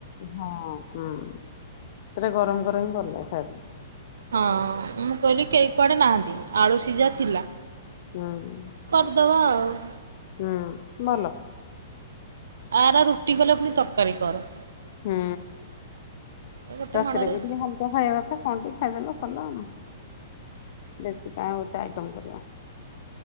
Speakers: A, on the left (about 50°); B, on the right (about 85°).
A: ହଁ ହଁ ସେଟା ଗରମ ଗରମ ହିଁ ଭଲ ଲାଗେ ଖାଇବା।
B: ହଁ ମୁଁ କହିଲି କେହି କୁଆଡେ ନାହାନ୍ତି ଆଳୁ ସିଝା ଥିଲା
A: ପାଇଁ ହୁଁ।
B: କରିଦବା ଆଉ।
A: ହୁଁ ଭଲ।
B: ଆ ରୁଟି ଗଲେ ପୁଣି ତରକାରୀ କର
A: ହୁଁ।
B: ଏ ଗୋଟେ
A: ରାତିରେ
B: ମାଡ଼ରେ
A: ବି ଟିକେ ହାଲକା ଖାଇବା କଥା କଣ ଟିକେ ଖାଇଦେଲ ସରିଲ ଆ ବେଶୀ କ ଗୋଟେ ଆଇଟମ କରିବା!